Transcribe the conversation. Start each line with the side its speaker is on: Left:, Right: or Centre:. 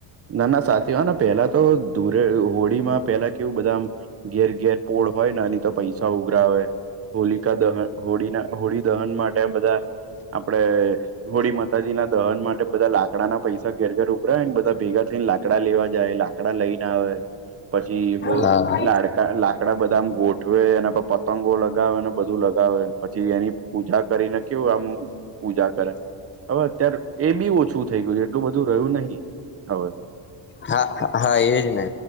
Right: ના ના સાચી, હને પેલા તો ધૂરે હોળીમાં પેલા કેવું બધા. ઘેર ઘેર પોળ હોય ને, એની તો પૈસા ઉઘરાવે. હોલિકા દહન, હોળીના હોળી દહન માટે બધા. આપડે હોળી માતાજી ના દહન માટે બધા લાકડા ના પૈસા ઘેર ઘર ઉભરાયને બધા. ભેગા થઈને લાકડા લેવા જાય લાકડા લઈને આવે, પછી હો
Left: હા
Right: લાડકા લા કડા બધા ગોઠવે, એના પર પતંગો લગાવે ને બધું લગાવે, પછી એની. પૂજા કરીને કેવું આમ, પૂજા કરે. હવે અત્યારે એ બી ઓછું થઈ ગયું છે, એટલું બધું રહ્યું નહી. હવે
Left: હા હા એજ ને,